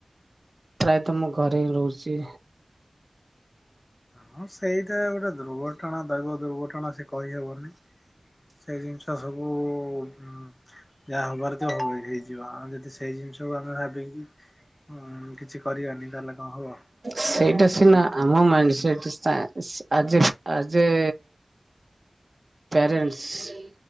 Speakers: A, on the right; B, on the left.
A: ପ୍ରାୟତଃ ମୁଁ ଘରେ ହିଁ ରହୁଚି।
B: ହଁ ସେଇଟା ଗୋଟେ ଦୁର୍ଘଟଣା ଦଇବ ଦୁର୍ଘଟଣା ସେ କହିହବନି। ସେ ଜିନିଷ ସବୁ ଉଁ ଯାହା ହବାରଥିବ ହେଇଯିବ ଆମେ ଯଦି ସେଇ ଜିନିଷକୁ ଆମେ ଭାବିକି ହୁଁ କିଛି କରିବାନି ତାହେଲେ କଣ ହବ।
A: ସେଇଟା ସିନା
B: ସେଇ
A: ଆମ ମାଇଣ୍ଡ ସେଟ ସାଆ ସା ଆଜ ଏ ଆଜ ଏ ପାରେଣ୍ଟସ